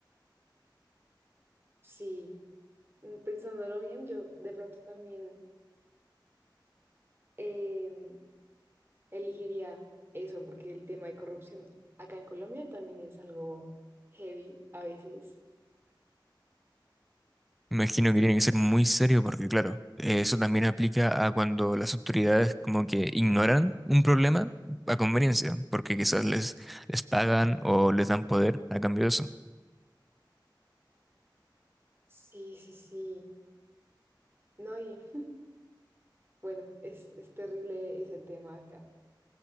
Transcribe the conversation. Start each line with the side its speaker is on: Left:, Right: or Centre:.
Right: Sí. mm, pensándolo bien, yo de pronto también em, elegiría eso, porque el tema de corrupción acá en Colombia también es algo heavy a veces.
Centre: Me Imagino que tiene que ser muy serio porque, claro, eh, eso también aplica a cuando las autoridades como que ignoran un problema a conveniencia, porque quizás les, les pagan o les dan poder a cambio de eso.
Right: Sí, sí, sí. No, y <laughs> bueno, es, es terrible ese tema acá.